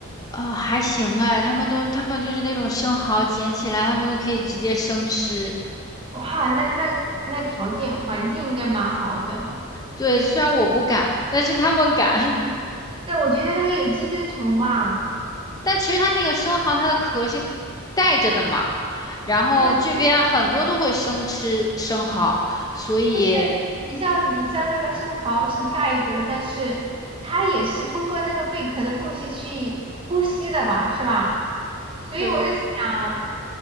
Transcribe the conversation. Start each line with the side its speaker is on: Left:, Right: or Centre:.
Left: 哦，还行哎，他们都他们就是那种生蚝捡起来，他们都可以直接生吃。
Right: 哇，那那那条件环境应该蛮好的，
Left: 对，虽然我不敢，但是他们敢。<laughs>
Right: 但我觉得那个有寄生虫吧，
Left: 但其实它那个生蚝，它的壳是盖着的嘛，然后这边很多都会生吃生蚝，
Right: 但是
Left: 所以
Right: 但是你知道你知道那个生蚝是盖着的，但是它也是通过那个贝壳的缝隙去呼吸的吧，是吧？所以我在想，
Left: 就，